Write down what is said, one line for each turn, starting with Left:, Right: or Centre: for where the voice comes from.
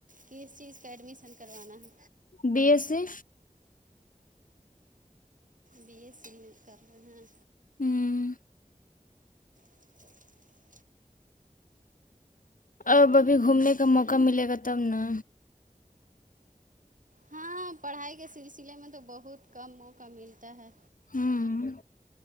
Right: کس چیز کا ایڈمیشن کروانا ہے
Left: B S C
Right: B S C کر رہے ہیں
Left: ہوں
Right: <unintelligible>
Left: اب ابھی گھومنے کا موقع ملے گا تب نا
Right: ہاں ہاں پڑھائی کے سلسلے میں تو بہت کم موقع ملتا ہے
Left: ہوں